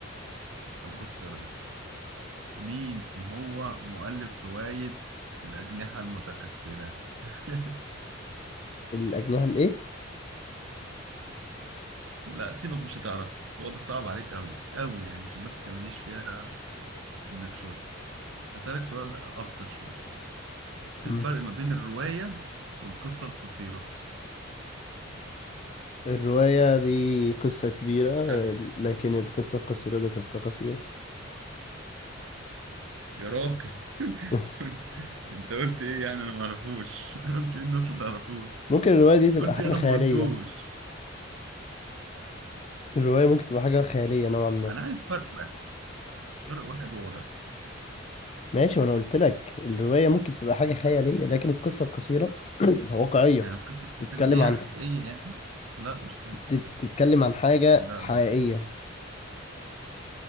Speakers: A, on the right; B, on the left.
A: طب بص يا ريس مين هو مؤلف رواية الأجنحة المتكسرة؟ <laughs>
B: الأجنحة الإيه
A: لا سيبك مش هتعرف هو ده صعب عليك أوي أوي يعني عشان بس بتعمليش فيها إنك شاطر هسألك سؤال أبسط شوية إيه
B: مم.
A: الفرق ما بين الرواية والقصة القصيرة؟
B: الرواية دي قصة كبيرة آه،
A: سهلة
B: لكن القصة القصيرة دي قصة قصيرة
A: يا راجل <laughs>
B: <laughs>
A: انت قلت ايه يعني انا ما اعرفوش <laughs> قلت ايه الناس ما تعرفوش
B: ممكن الرواية دي تبقى
A: قلت
B: حاجة
A: ايه انا
B: خيالية
A: ما قلتوش
B: الرواية ممكن تبقى حاجة خيالية نوعا ما
A: انا عايز فرق واحد فرق واحد واضح
B: ماشي وانا قلت لك الرواية ممكن تبقى حاجة خيالية لكن القصة القصيرة <clears throat> واقعية
A: يعني القصه القصيره
B: تتكلم
A: دي
B: عن
A: حقيقيه يعني لا مش لازم
B: تت- تتكلم عن حاجة
A: لا
B: حقيقية
A: برضه